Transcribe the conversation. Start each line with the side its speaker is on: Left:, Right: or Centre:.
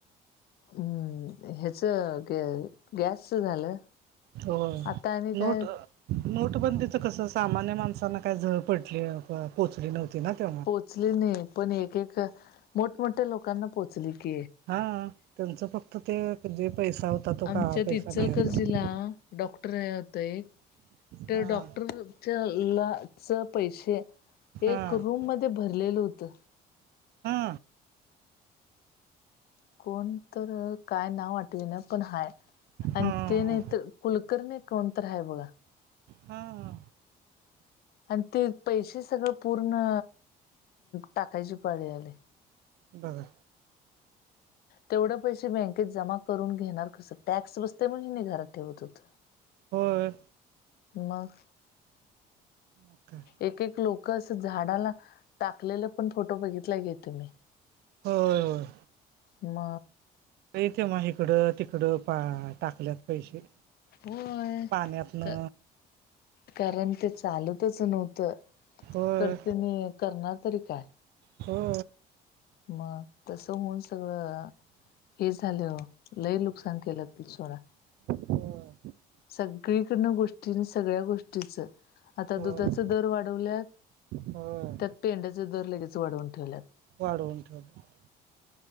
Left: हम्म ह्याच ग गॅसच झालं.
Right: हो
Left: आता आणि काय
Right: नोट. नोटबंदीच कसं सामान्य माणसांना काय झळा पडली पोचली नव्हती ना ते
Left: पोचली नाही पण एक एक मोठमोठ्या लोकांना पो.. चलक.
Right: हा त्यांचं फक्त ते जे पैसा होता. तो
Left: आमच्या
Right: का पैसा
Left: इचलकरंजीत
Right: बाहेर
Left: चलकरर्जीला.
Right: पडला
Left: डॉक्टर होत एक त्या
Right: हा
Left: डॉक्टरच्या ला च पैसे
Right: हा
Left: एक रूम म भरलेलं होतं
Right: हा
Left: कोण तर काय नाव वाटली ना पण हाय आणि
Right: हा
Left: ते नाही तर. कुलकर्णी कोणतय बघा.
Right: हा हा.
Left: आणि ते पैसे सगळं पूर्ण टाकायची पाळी आलि.
Right: बरं
Left: तेवढं पैसे बँकेत जमा करून घेणार कसं टॅक्स बसते म्हण मी घरात ठेवत होत.
Right: होय.
Left: मग.
Right: मग काय.
Left: एक एक लोक असं झाडाला टाकलेलं पण फोटो बघितलाय काय तुम्ही.
Right: होय होय.
Left: म
Right: लय की मग इकडं तिकडं पा टाकल्यात. पैसे
Left: होय
Right: पाण्यातन.
Left: क कारण ते चालतच नव्हतं.
Right: होय
Left: तर त्यांनी करणार तरी काय.
Right: हो.
Left: मग तसं होऊन सगळं हे झालं हो लई नुकसान केलं सोड.
Right: होय
Left: सगळीकडनं गोष्टी आणि सगळ्या गोष्टीच आता
Right: होय
Left: दुधाच दर वाढवल्यात.
Right: होय.
Left: त्यात पेड्याचे दर लगेच वाढवून ठेवलात.
Right: वाढउन ठेवल्यात.